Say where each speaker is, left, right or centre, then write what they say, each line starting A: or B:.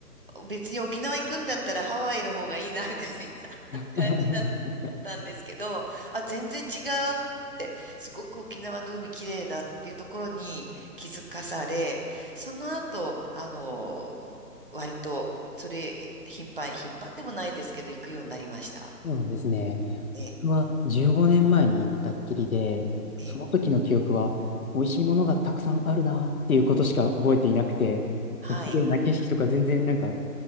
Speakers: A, on the right; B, on the left.
A: う、別に沖縄行くんだったらハワイの方がいいな、ぐらい
B: <laughs>
A: 感じだったんですけど、あ、全然違うって、すごく沖縄の海綺麗だっていうところに気づかされ、その後、あの、割と、それ、頻繁、頻繁でもないですけど、行くようになりました。
B: そうなんですね。
A: ええ、
B: 僕は15年前に行ったっきりで、
A: ええ、
B: その時の記憶は、美味しいものがたくさんあるなっていうことしか覚えていなくて、
A: はい。
B: その綺麗な景色とか全然なんか